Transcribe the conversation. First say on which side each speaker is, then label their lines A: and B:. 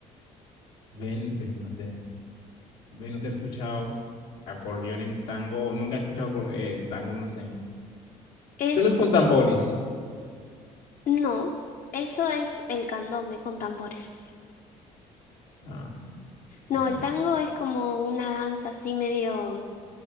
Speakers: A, on the left; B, on the left.
A: Ven, ven, no sé. Ven, nunca he escuchado acordeón en tango o nunca he escuchado acor- eh, tango, no sé.
B: es...
A: Son los con tambores.
B: No, eso es el candombe con tambores.
A: Ah,
B: No,
A: vea.
B: el tango es como una danza así medio...